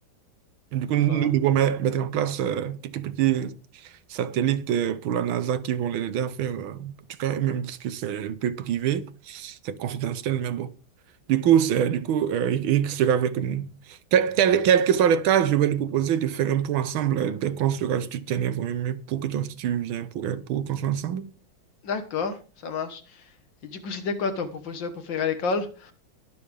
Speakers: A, on the right; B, on the left.
A: Du coup,
B: D'accord.
A: nous devons met- mettre en place euh, quelques petits satellites euh, pour la NASA qui vont les aider à faire. euh, en tout cas, même que c'est un peu privé, c'est confidentiel, mais bon. Du coup, c'est, du coup euh, il il sera avec nous. Quel, quel- quel que soit le cas, je vais lui proposer de faire un point ensemble euh, dès qu'on sera, je te tiendrai informé pour que toi aussi tu viens pour, euh, pour qu'on soit ensemble.
B: D'accord, ça marche. Et du coup, c'était quoi ton professeur préféré à l'école?